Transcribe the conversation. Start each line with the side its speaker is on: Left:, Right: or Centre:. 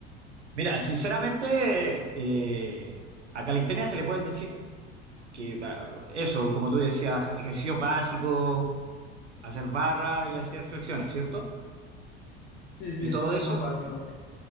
Right: Mira, sinceramente, eh, a calistenia se le puede decir que va, eso, como tú decías, ejercicios básicos, hacer barra y hacer flexiones, ¿cierto?
Left: Sí, sí,
Right: Yo todo
Left: esos son
Right: eso,
Left: los básicos.